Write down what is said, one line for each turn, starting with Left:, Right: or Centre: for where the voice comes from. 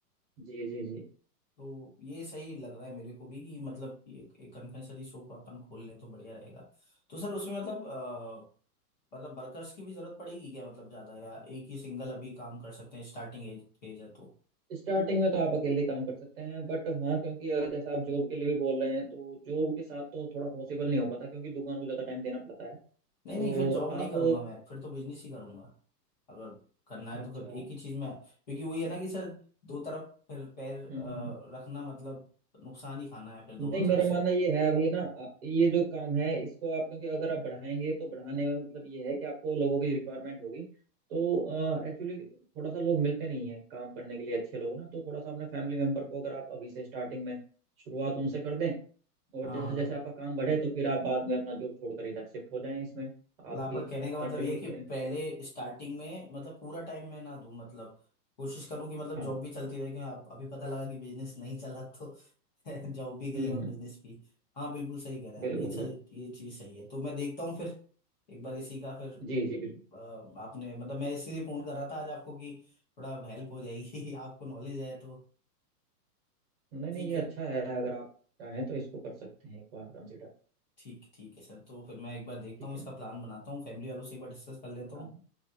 Right: जी जी जी
Left: तो ये सही लग रहा है मेरे को भी कि मतलब ये एक कन्फेक्शनरी शॉप अपन खोल लें तो बढ़िया रहेगा तो सर उसमें मतलब अ, मतलब वर्कर्स की भी जरूरत पड़ेगी क्या मतलब ज्यादा या एक ही सिंगल अभी काम कर सकते हैं स्टार्टिंग एज फेज है तो
Right: स्टार्टिंग में तो आप अकेले काम कर सकते हैं बट हाँ क्योंकि अगर जैसा आप जॉब के लिए भी बोल रहे हैं तो जॉब के साथ तो थोड़ा पॉसिबल नहीं हो पाता क्योंकि दुकान को ज्यादा टाइम देना पड़ता है तो
Left: नहीं नहीं फिर जॉब नहीं
Right: आप
Left: करूंगा मैं फिर तो बिजनेस ही करूंगा अगर करना है
Right: अच्छा
Left: तो फिर
Right: हम्म
Left: एक ही चीज में क्योंकि वही है ना कि सर दो तरफ फिर पैर अ,
Right: हम्म।
Left: रखना मतलब नुकसान ही खाना है फिर दोनों
Right: नहीं
Left: तरफ
Right: मेरा
Left: से
Right: मानना ये है अभी ना अ, ये जो काम है इसको आप क्योंकि अगर आप बढ़ाएंगे तो बढ़ाने में मतलब ये है कि आपको लोगों की रिक्वायरमेंट होगी तो एक्चुअली थोड़ा सा लोग मिलते नहीं है काम करने के लिए अच्छे लोग ना तो थोड़ा सा अपने फैमिली मेंबर को अगर आप अभी से स्टार्टिंग में शुरुआत उनसे कर दें और
Left: हाँ
Right: जैसे
Left: हाँ
Right: जैसे आपका काम बढ़े तो फिर आप बाद में अपना जॉब छोड़कर इधर शिफ्ट हो जाएं इसमें आप
Left: मतलब आपका
Right: भी
Left: कहने का
Right: कंट्रीब्यूट
Left: मतलब ये है कि
Right: करें
Left: पहले स्टार्टिंग में मतलब पूरा टाइम मैं ना दूं मतलब कोशिश करूं कि मतलब
Right: हाँ
Left: जॉब भी चलती रहे कि आप अभी पता लगा कि बिजनेस नहीं चला तो <laughs> जॉब भी गई
Right: हम्म
Left: और
Right: हम्म
Left: बिजनेस भी हाँ बिल्कुल सही कह रहे हैं
Right: बिल्कुल
Left: आप ये सही
Right: बिल्कुल
Left: ये चीज़ सही है तो मैं देखता हूँ फिर एक बार इसी का फिर
Right: जी जी बिल्कुल
Left: अ, आपने मतलब मैं इसीलिए फोन कर रहा था आज आपको कि थोड़ा हेल्प हो जाएगी <laughs> आपको नॉलेज है तो
Right: नहीं
Left: ठीक
Right: नहीं ये
Left: है
Right: अच्छा है अगर आप चाहें तो इसको कर सकते हैं एक बार कंसिडर
Left: ठीक ठीक है सर तो फिर मैं एक बार देखता
Right: ठीक
Left: हूँ इसका
Right: है ना
Left: प्लान बनाता हूँ फैमिली वालों से एक बार डिस्कस कर लेता
Right: हाँ
Left: हूँ